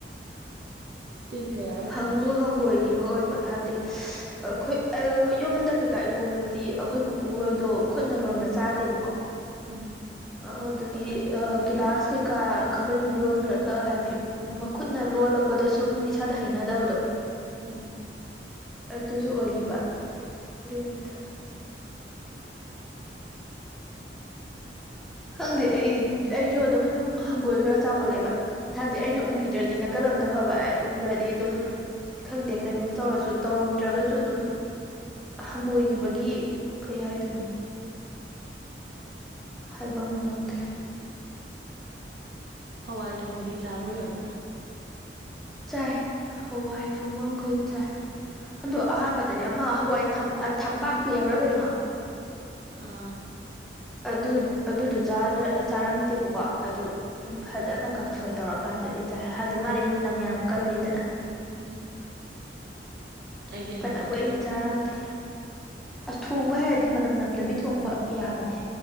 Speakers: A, on the right (about 60°); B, in the centre.
A: ꯇꯤꯟꯒ ꯌꯥ
B: ꯍꯪꯖꯨ ꯍꯪꯒꯣꯏꯒꯤꯕ ꯑꯣꯏꯕ ꯍꯥꯏꯕꯗꯤ ꯑꯈꯣꯏ ꯑ ꯌꯨꯝꯗ ꯀꯩꯀꯥ ꯏꯔꯣꯝꯕꯗꯗꯤ ꯑꯈꯣꯏ ꯄꯨꯄꯨ ꯍꯣꯏꯗꯣ ꯈꯨꯠꯅ ꯂꯣꯟꯕ ꯆꯥꯗꯦꯕꯀꯣ
A: ꯎꯝ
B: ꯑ ꯑ ꯗꯨꯗꯤ ꯑ ꯒꯤꯂꯥꯁ ꯀꯩꯀꯥ ꯈꯥꯕꯩꯅ ꯂꯣꯟꯒ꯭ꯔꯒ ꯍꯥꯏꯕꯗꯤ ꯃꯛ ꯈꯨꯠꯅ ꯂꯣꯜꯂꯛꯄꯗꯣ ꯁꯨꯝ ꯏꯁꯥꯗ ꯍꯩꯅꯗꯕꯗꯣ
A: ꯎꯝ
B: ꯑꯗꯨꯖꯨ ꯑꯣꯏꯒꯤꯕ ꯑꯗꯨꯏꯅꯤꯗ ꯈꯪꯗꯦ ꯑꯩ ꯑꯩꯖꯨ ꯑꯗꯨꯝ ꯍꯪꯒꯣꯏ ꯈ꯭ꯔ ꯆꯥꯎꯒꯜꯂꯦꯕ ꯍꯥꯏꯕꯗꯤ
A: ꯎꯝ
B: ꯑꯩꯅ ꯎꯒꯤ ꯒꯤꯗ꯭ꯔꯗꯤ ꯅꯥꯀꯜ ꯑꯝꯗ ꯐꯕ ꯑꯩ ꯎꯒ꯭ꯔꯗꯤ ꯑꯗꯨꯝ ꯈꯪꯗꯦ ꯀꯩꯅꯣꯝ ꯇꯧꯔꯁꯨ ꯇꯧꯔꯝꯗ꯭ꯔꯒꯖꯨ ꯑꯗꯨꯝ ꯍꯪꯒꯣꯏꯒꯤꯕꯒꯤ ꯀꯩ ꯍꯥꯏꯗꯣꯏꯅꯣ ꯍꯥꯏꯕꯝ ꯒꯪꯗ꯭ꯔꯦ
A: ꯍꯋꯥꯏ ꯊꯣꯡꯕꯗꯤ ꯆꯥꯕ꯭ꯔ ꯂꯣꯏꯅ
B: ꯆꯥꯏ ꯍꯋꯥꯏ ꯊꯣꯡꯕꯝꯈꯩ ꯆꯥꯏ ꯑꯗꯣ ꯑꯍꯥꯟꯕꯗꯗꯤ ꯑꯃ ꯍꯋꯥꯏ ꯊꯝ ꯑ ꯊꯝꯄꯥꯛꯄꯤ ꯍꯥꯏꯕ꯭ꯔꯥ ꯀꯩꯅꯣ
A: ꯑꯥ
B: ꯑꯗꯨ ꯑꯗꯨꯗꯣ ꯆꯥꯗ ꯆꯥꯔꯝꯗꯦꯕꯀꯣ ꯑꯗꯨ ꯐꯖꯅ ꯀꯥꯡꯁꯣꯏ ꯇꯧꯔꯀꯥꯟꯗꯗꯤ ꯆꯥꯏ ꯍꯥꯏꯗꯤ ꯃꯥꯗꯤ ꯃꯅꯝ ꯌꯥꯝ ꯀꯜꯂꯤꯗꯅ
A: ꯎꯝ ꯑꯩꯗꯤ ꯍꯩꯅꯗꯦ
B: ꯐꯅ ꯀꯨꯢꯟ
A: ꯑꯗꯨ
B: ꯆꯥꯔꯝꯗꯦ ꯑꯁ ꯊꯣꯡꯕ ꯍꯩꯔꯗꯤ ꯃꯅꯝ ꯅꯝꯗꯕꯤ ꯊꯣꯡꯕ ꯌꯥꯕꯅꯦ